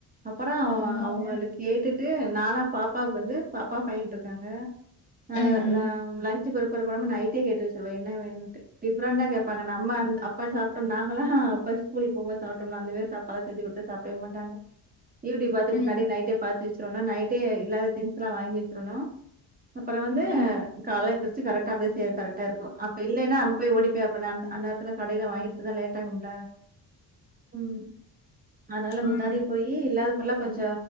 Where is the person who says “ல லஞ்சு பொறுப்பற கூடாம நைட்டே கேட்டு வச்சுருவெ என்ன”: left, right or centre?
Right